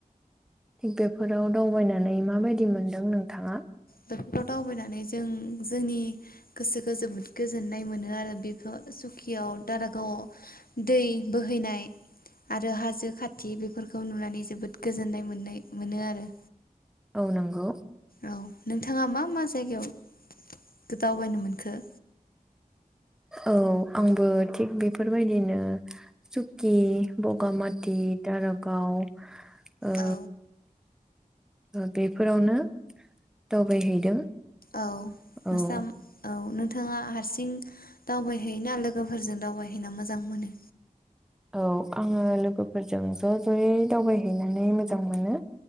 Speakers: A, in the centre; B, on the left.
A: बेफ फोराव दावबायनानै माबायदि? मोनदों नोंथाङा?
B: बेफोराव दावबायनानै जों जोंनि गोसोखौ जोबोद गोजोननाय मोनो आरो बेफोर सुखियाव दारागावआव दै बोहैनाय आरो हाजो खाथि बेफोरखौ नुनानै जोबोद गोजोननाय मोननाय मोनो आरो
A: औ नोंगौ।
B: औ नोंथाङा मा मा जायगायाव दावबायनो मोनखो?
A: औ आंबो थिग बेफोरबायदिनो सुकि बगामात ति दारागाव ओ
B: औ
A: ओ बेफोरावनो दावबायहैदों
B: औ नोंस्रा
A: औ
B: औ नोंथाङा हारसिं दावबायहैयोना लोगोफोरजों दावबायहैना मोजां मोनो?
A: औ आङो लोगोफोरजों ज' जयै दावबायहैनानै मोजां मोनो।